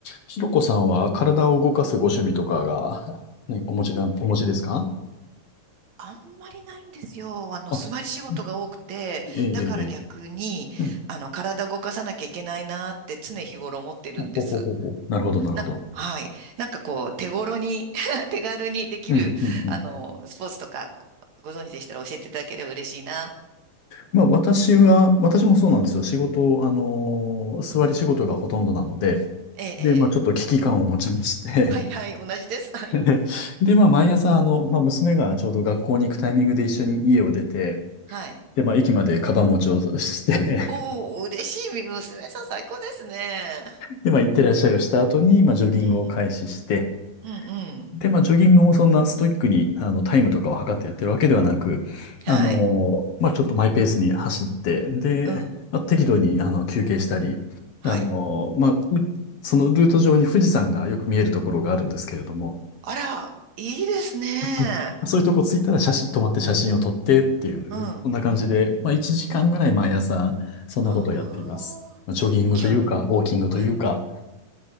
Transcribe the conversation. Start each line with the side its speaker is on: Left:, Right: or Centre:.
Left: ひろこさんは体を動かすご趣味とかが、<laughs> ね、お持ちだ、お持ちですか
Right: あんまりないんですよ。あの、
Left: あ、
Right: 座り仕事が多くて、
Left: うんええ、ええ、
Right: だから逆に、
Left: ええうん。
Right: あの、体動かさなきゃいけないなって常日頃思ってるんです。
Left: ほほほほ。なるほど、なるほど。
Right: な、はい。なんかこう、手頃に <laughs> 手軽にできる、
Left: うん、うん、うん。
Right: あの、スポーツとか、ご存知でしたら教えていただければ嬉しいな。
Left: まあ、私は、私もそうなんですよ。仕事、あのー座り仕事がほとんどなので、
Right: ええ、
Left: で、
Right: ええ。
Left: まあ、ちょっと危機感を持ちまして
Right: はいはい、同じです。はい。
Left: <laughs> で、まあ、毎朝、あの、まあ、娘がちょうど学校に行くタイミングで一緒に家を出て、
Right: はい。
Left: で、まあ、駅までカバン持ちをして、<laughs>
Right: おお、嬉しい。娘さん最高ですね。
Left: で、まあ、行ってらっしゃいをした後に、まあ、ジョギングを開始して、
Right: うん、うん、うん。
Left: で、まあ、ジョギングもそんなストイックに、あの、タイムとかを測ってやってるわけではなく、
Right: はい。
Left: あの、まあ、ちょっとマイペースに走って、で、
Right: うん。
Left: まあ、適度に、あの、休憩したり、
Right: はい。
Left: あの、まあ、うそのルート上に富士山がよく見えるところがあるんですけれども、
Right: あら、いいですね。
Left: <laughs> あそういうとこ着いたら写真、止まって写真を撮ってっていう、
Right: うん。
Left: そんな感じで、まあ、1時間ぐらい毎朝、そんなことをやっています。
Right: ああ、
Left: まあジョギングというか、
Right: 今日、
Left: ウォーキングというか、
Right: うん、